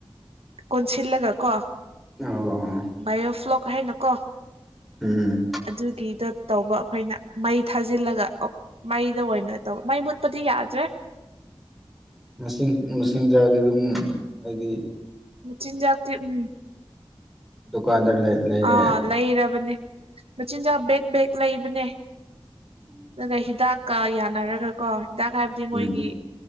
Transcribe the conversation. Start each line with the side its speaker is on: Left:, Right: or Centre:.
Right: ꯀꯣꯟꯁꯤꯜꯂꯒ ꯀꯣ
Centre: ꯑꯣ ꯑꯣ
Right: ꯕꯥꯏꯑꯣꯐ꯭ꯂꯣꯛ ꯍꯥꯏꯅꯀꯣ
Centre: ꯎꯝ
Right: ꯑꯗꯨꯒꯤꯗꯣ ꯇꯧꯕ ꯑꯩꯈꯣꯏꯅ ꯃꯩ ꯊꯥꯖꯤꯜꯂꯒ ꯃꯩꯗ ꯑꯣꯏꯅ ꯇꯧ ꯃꯩ ꯃꯨꯠꯄꯗꯤ ꯌꯥꯗ꯭ꯔꯦ꯫
Centre: ꯃꯁꯤꯡ ꯃꯁꯤꯡꯤꯟꯖꯥꯗꯤ ꯑꯗꯨꯝ ꯍꯥꯏꯗꯤ
Right: ꯃꯆꯤꯟꯖꯥꯛꯇꯤ ꯎꯝ
Centre: ꯗꯨꯀꯥꯟꯗ ꯂꯩ꯫ ꯂꯩꯔꯦ
Right: ꯑꯥ ꯂꯩꯔꯕꯅꯦ ꯃꯆꯤꯟꯖꯥꯛ ꯕꯦꯛ ꯕꯦꯛ ꯂꯩꯕꯅꯦ꯫
Centre: ꯎꯝ
Right: ꯑꯗꯨꯒ ꯍꯤꯗꯥꯛꯀ ꯌꯥꯅꯔꯒ ꯀꯣ ꯍꯤꯗꯥꯛ ꯍꯥꯏꯕꯗꯤ ꯃꯣꯏꯒꯤ
Centre: ꯎꯝ